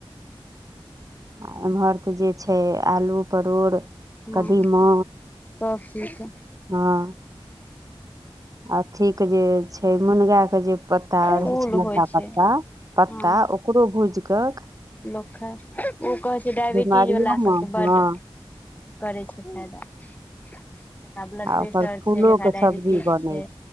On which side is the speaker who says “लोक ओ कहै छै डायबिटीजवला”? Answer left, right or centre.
Left